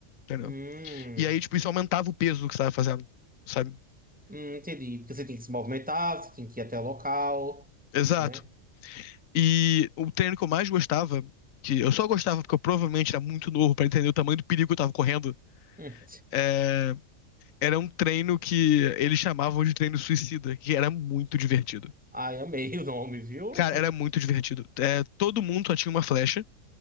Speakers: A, on the left; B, in the centre.
A: entendeu?
B: Hum.
A: E aí, tipo, isso aumentava o peso do que você estava fazendo, sabe?
B: Hum, entendi. Porque você tem que se movimentar, você tem que ir até o local,
A: Exato.
B: né?
A: E o treino que eu mais gostava, que eu só gostava porque eu provavelmente era muito novo para entender o tamanho do perigo que eu tava correndo,
B: Hum.
A: é, era um treino que eles chamavam de treino suicida, que era muito divertido.
B: Ai, amei <laughs> o nome, viu?
A: Cara,
B: <laughs>
A: era muito divertido. É, todo mundo só tinha uma flecha,